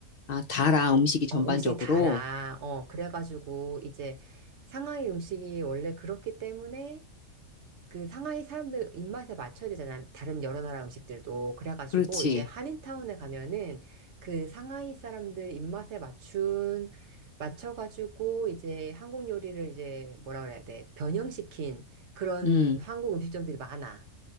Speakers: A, on the left; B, on the right.
A: 아, 달아, 음식이 전반적으로.
B: 어, 음식이 달아. 어, 그래가지고 이제 상하이 음식이 원래 그렇기 때문에 그 상하이 사람들 입맛에 맞춰야 되잖아. 다른 여러 나라 음식들도. 그래가지고
A: 그렇지.
B: 이제 한인타운에 가면은 그 상하이 사람들 입맛에 맞춘, 맞춰가지고 이제 한국 요리를 이제 뭐라 그래야 돼. 변형시킨 그런
A: 음,
B: 한국 음식점들이 많아.